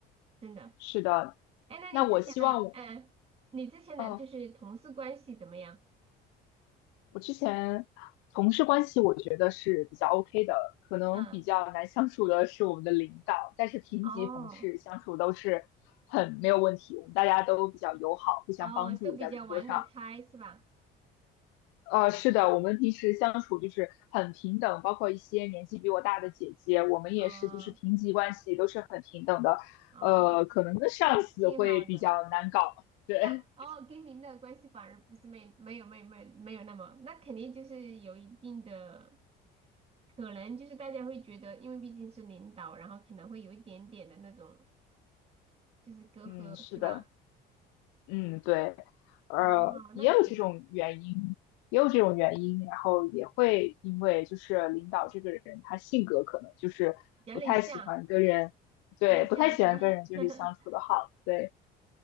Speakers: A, on the right; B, on the left.
A: 真的。
B: 是的。
A: 哎，那你之前的，
B: 那我希望我，
A: 嗯，你之前的就是同事关系怎么样？
B: 哦，我之前同事关系我觉得是比较 OK 的，可能比较难相处的是我们的领导，
A: 嗯，
B: 但是平级同事相处都是很没有问题，
A: 哦
B: 我们大家都比较友好，互相帮助在工作上。
A: 哦，都比较玩得开是吧？
B: 呃，是的，我们平时相处就是很平等，包括一些年纪比我大的姐姐，我们也是就是平级关系，
A: 哦
B: 都是很平等的。
A: 哦，
B: 呃，可能跟上司会比较难搞，
A: 挺好的。
B: 对，
A: 但哦，跟您的关系反而不是没没有没有没有没有那么，那肯定就是有一定的。可能就是大家会觉得，因为毕竟是领导，然后可能会有一点点的那种就是隔阂，
B: 嗯，是的，
A: 是吧？
B: 嗯，对，呃，
A: 哦，
B: 也有这种原因，
A: 那挺好，
B: 也有这种原因，然后也会因为就是领导这个人他性格可能就是不太喜欢跟人，
A: 比较内向，
B: 对，
A: 内向是吧？
B: 不太喜欢跟人就是相处的好，
A: <laughs>
B: 对，